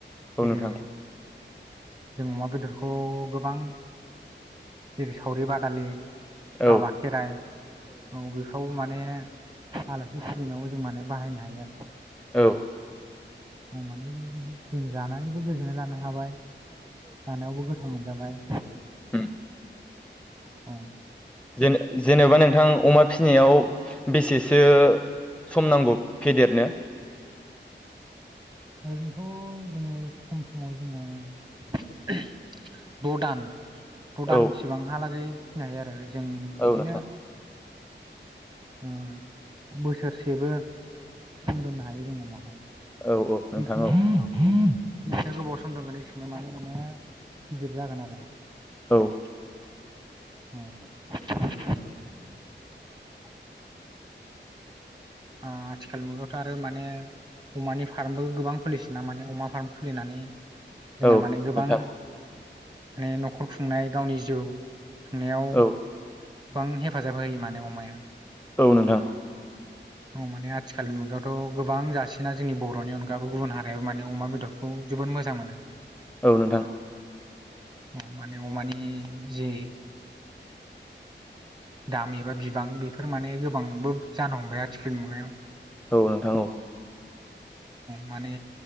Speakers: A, in the centre; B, on the right.
A: औ
B: जेरै-
A: नोंथां
B: जों अमा बेदरखौ गोबां जेरै- सावरि बादालि हाबा
A: औ
B: खेराइ औ बेफ्राव माने आलासि सिबिनायावबो जों माने बाहायनो हायो आरो।
A: औ
B: अमानि जों जानानैबो गोजोननाय लानो हाबाय जानायावबो गो थाव मोनजाबाय
A: ओम
B: औ
A: जेन जेनेबा नोंथां अमा फिनायाव बेसेसो सम नांगौ फेदेरनो?
B: ओरैनोथ' जोङो खम समाव जोङो <unintelligible> द' दान द' दानसिबांहालागै
A: औ
B: फिनो हायो आरो जों बिदिनो
A: औ नोंथां
B: ओ बोसोरसेबो खम दोननो हायो जों अमाखौ
A: औ औ नोंथां
B: बिसनो
A: औ
B: इसिनो गोबाव सम दोंगोन इसोरनो मानि अमाया गिदिर जागोन आरो
A: औ
B: औ ओ आथिखाल मुगायावथ' आरो माने अमानि फार्मबो गोबां फलिसि बिना माने अमा फार्म खुलिनानै जोंना
A: औ
B: माने गोबां
A: नोंथां
B: माने न'खर खुंनाय गावनि जिउ खुंनायाव
A: औ
B: बां हेफाजाब होयो माने अमाया
A: औ नोंथां
B: <inaudible> औ माने आथिखालनि मुगायावथ' गोबां जासिना जोंनि बर'नि अनगाबो गुबुन हारिायाव माने अमा बेदरखौ जोबोद मोजां मोनो।
A: औ नोंथां।
B: अ माने अ मानि जे दाम एबा बिबां बेफोर माने गोबांबो जानो हमबाय आथिखालनि मुगायाव
A: औ नोंथां औ
B: माने